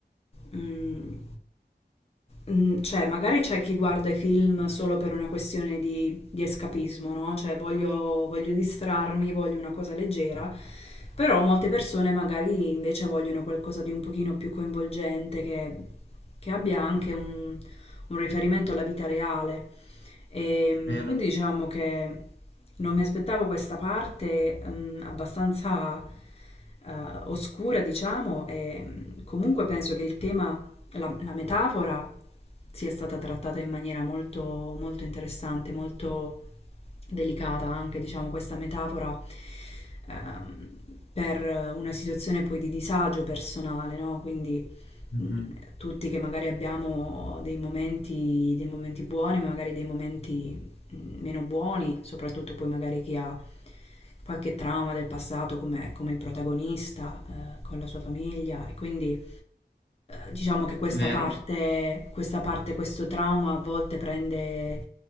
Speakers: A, on the left (about 35°); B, on the left (about 80°).
A: mm, Mm, Cioè, magari c'è chi guarda i film solo per una questione di, di escapismo, no? Cioè, voglio, voglio distrarmi, voglio una cosa leggera, però molte persone magari invece vogliono qualcosa di un pochino più coinvolgente, che, che abbia anche un, un riferimento alla vita reale. E, mm,
B: Vero,
A: quindi diciamo che non mi aspettavo questa parte, mm, abbastanza, eh, oscura, diciamo, e mm, comunque penso che il tema, la la metafora sia stata trattata in maniera molto, molto interessante, molto delicata anche, diciamo, questa metafora ehm, per una situazione poi di disagio personale, no? Quindi
B: Mhm.
A: mh, tutti che magari abbiamo dei momenti, dei momenti buoni, ma magari dei momenti mh, meno buoni, soprattutto poi magari chi ha qualche trauma del passato come, come il protagonista eh, con la sua famiglia e quindi eh, diciamo che questa
B: Vero.
A: parte, questa parte, questo trauma a volte prende,